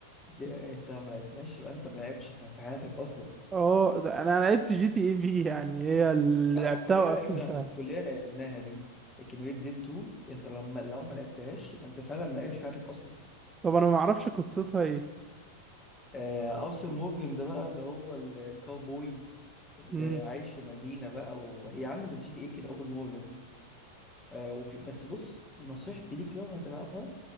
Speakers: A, on the left; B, on the right.
A: أنت ما لعبتهاش يبقى أنت ما لعبتش في حياتك أصلا
B: اه ده انا لعبت جي تي اي في يعني هي اللي
A: لا
B: لعبتها
A: ما كلنا
B: وقفلتها
A: لعبنا الكلية لعبناها دي لكن ريد ديد 2 أنت لما لو ما لعبتهاش يبقى أنت فعلا ما لعبتش في حياتك أصلا
B: طب انا ما اعرفش قصتها ايه
A: آه، أوسن مورجن ده بقى اللي هو الكاوبوي اللي
B: امم
A: عايش في مدينة بقى وهي عاملة زي جي تي ايه كده أول مولد آه وفي بس بص نصيحتي ليك لو هتلعبها